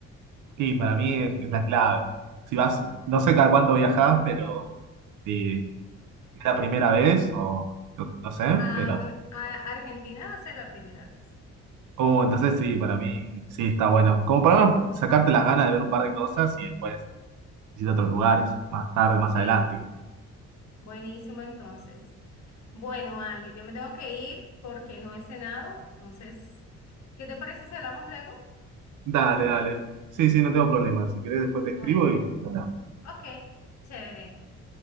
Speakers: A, on the right; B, on the left.
A: Sí, para mí es, es la clave. Si vas, no sé cada cuánto viajás, pero si es la primera vez o lo que- no sé,
B: Ah,
A: pero...
B: bueno, a Argentina va a ser la primera vez.
A: Oh, entonces sí, para mí sí está bueno. Como para sacarte las ganas de ver un par de cosas y después... visita otros lugares, más tarde, más
B: Sí,
A: adelante.
B: buenísimo entonces. Bueno, Ale, yo me tengo que ir porque no he cenado, entonces, ¿qué te parece si hablamos luego?
A: Dale, dale. Sí, sí, no tengo problema. Si querés, después te
B: Bueno,
A: escribo y... Bueno,
B: ok, chévere.